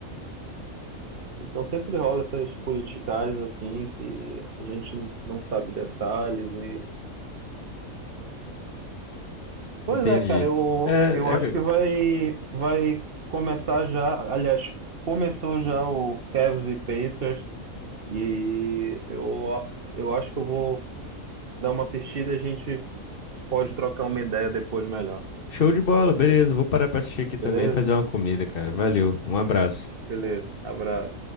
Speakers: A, on the right; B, on the left.
A: então sempre rola essas politicagens assim que a gente não sabe detalhes e Pois
B: Entendi.
A: é, cara, eu,
B: É,
A: eu acho
B: é,
A: que vai vai começar já, aliás, começou já o Cavs e Pacers e eu eu acho que eu vou dar uma assistida, e a gente pode trocar uma ideia depois melhor.
B: show de bola, beleza. Vou parar pra assistir aqui também
A: Beleza?
B: e fazer uma comida, cara. Valeu, um abraço.
A: Beleza, abraço.